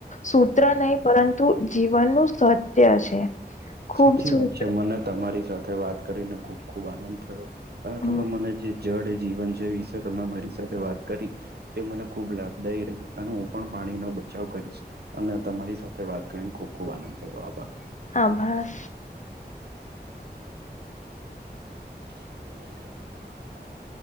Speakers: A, on the left (about 45°); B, on the right (about 70°).
A: સૂત્ર નહી પરંતુ જીવનનું સત્ય છે. ખૂબ
B: સાચી
A: સુંદર
B: વાત છે મને મને તમારી સાથે વાત કરીને ખુબ ખુબ આનંદ થયો અને
A: હમ,
B: તમે મને જે જડ એ જીવન છે એ વિશે તમે મને મારી સાથે વાત કરી. તે મને ખુબ લાભદાયી રહી અને હું પણ પાણીનો બચાવ કરીશ. અને તમારી સાથે વાત કરીને ખૂબ ખૂબ આનંદ થયો આભાર
A: આભાર
B: હ <unintelligible>